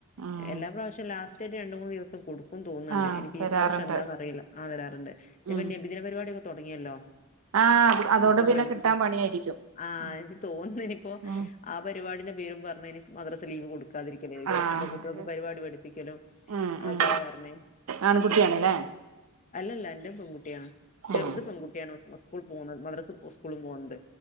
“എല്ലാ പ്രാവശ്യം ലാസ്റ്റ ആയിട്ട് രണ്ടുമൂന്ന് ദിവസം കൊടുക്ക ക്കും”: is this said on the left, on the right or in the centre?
Left